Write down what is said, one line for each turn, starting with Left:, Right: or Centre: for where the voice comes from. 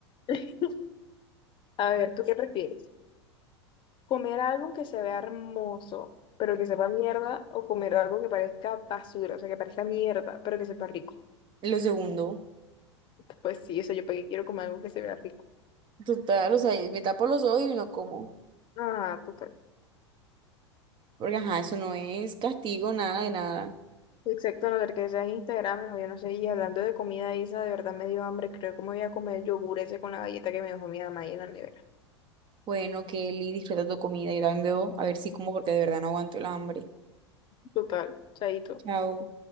Left: <laughs> A ver, ¿tú qué prefieres? ¿Comer algo que se vea hermoso, pero que sepa mierda? ¿O comer algo que parezca basura, o sea, que parezca mierda, pero que sepa rico? <laughs>
Right: Lo segundo,
Left: Pues sí, eso yo para qué quiero comer algo que se vea rico.
Right: total, o sea, me tapo los ojos y no como.
Left: Ah, total.
Right: Porque, ajá, eso no es castigo, nada de nada.
Left: Exacto, a no ser que sea en Instagram, o yo no sé, y hablando de comida, Isa, de verdad me dio hambre, creo que me voy a comer el yogur ese con la galleta que me dejó mi mamá ahí en la nevera.
Right: Bueno, Kelly, disfruta tu comida. Yo también bebo, a ver si como, porque de verdad no aguanto el hambre.
Left: Total, chaito.
Right: Chao.